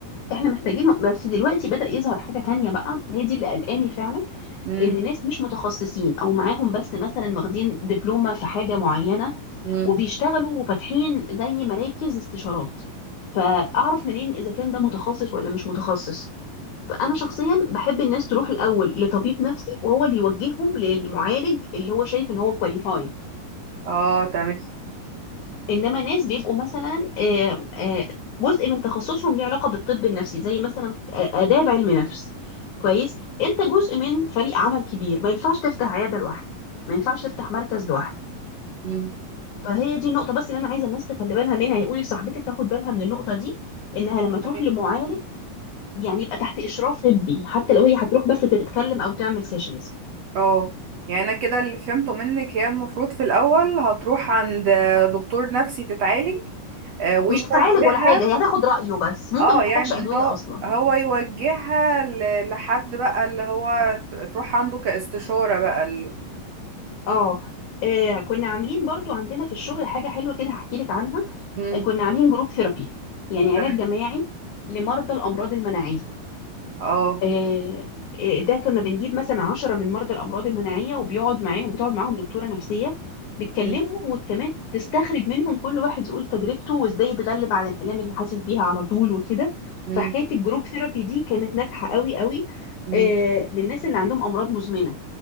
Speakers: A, on the left; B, on the right.
A: احنا محتاجينهم بس دلوقتي بدأ يظهر حاجة تانية بقى هي دي اللي قلقاني فعلا
B: مم.
A: ان ناس مش متخصصين او معاهم بس مثلا واخدين دبلومة في حاجة معينة
B: مم.
A: وبيشتغلوا وفاتحين زي مراكز استشارات فاعرف منين اذا كان ده متخصص ولا مش متخصص فانا شخصيا بحب الناس تروح الاول لطبيب نفسي وهو اللي يوجههم للمعالج اللي هو شايف ان هو كواليفايد
B: اه تمام
A: انما ناس بيبقوا مثلا آه، آه، جزء من تخصصهم ليه علاقه بالطب النفسي زي مثلا آه، اداب علم نفس كويس انت جزء من فريق عمل كبير ما ينفعش تفتح عياده لوحدك ما ينفعش تفتح مركز لوحدك
B: مم.
A: فهي دي النقطه بس اللي انا عايزه الناس تخلي بالها منها يقولي لصاحبتك تاخد بالها من النقطه دي انها لما تروح
B: تمام.
A: لمعالج يعني يبقى تحت اشراف طبي حتى لو هي هتروح بس تتكلم او تعمل سيشنز
B: اه يعني انا كده اللي فهمته منك هي المفروض في الاول هتروح عند دكتور نفسي تتعالج آه، ويوجهها
A: مش تتعالج ولا حاجه هي هتاخد رايه بس ممكن
B: اه
A: ما تحتاجش
B: يعني
A: ادويه
B: هو
A: اصلا
B: هو يوجهها ل- لحد بقى اللي هو ت- تروح عنده كاستشارة بقى ال-
A: اه آه، كنا عاملين برضو عندنا في الشغل حاجة حلوة كده هحكي لك عنها
B: مم.
A: آه، كنا عاملين جروب ثيرابي يعني
B: تمام
A: علاج جماعي لمرضى الأمراض المناعية
B: اه
A: آه، آه، ده كنا بنجيب مثلا عشرة من مرضى الأمراض المناعية وبيقعد معاهم بتقعد معاهم دكتورة نفسية بتكلمهم
B: مم.
A: وكمان تستخرج منهم كل واحد يقول تجربته وازاي يتغلب على الآلام اللي حاسس بيها على طول وكده
B: مم.
A: فحكاية الجروب ثيرابي دي كانت ناجحة قوي قوي
B: مم.
A: آه، للناس اللي عندهم أمراض مزمنة